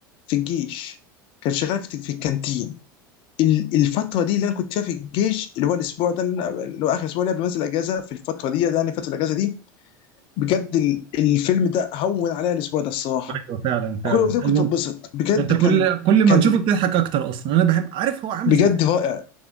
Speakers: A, on the left; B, on the right.
A: في الجيش كان شغال في في الكانتين ال- الفتره دي اللي انا كنت فيها في الجيش اللي هو الاسبوع ده اللي, أنا- اللي هو اخر اسبوع اللي قبل ما انزل اجازه في الفتره دي يعني فتره الاجازه دي بجد ال- الفيلم ده هون عليا الاسبوع ده الصراحه
B: ايوه فعلا
A: كل
B: فعلا
A: وقت كنت
B: البوم
A: اتبسط بجد
B: ده، انت كل
A: كان
B: كل ما
A: كان
B: تشوفه بتضحك اكتر اصلا انا بحب عارف هو عامل
A: بجد
B: زي
A: رائع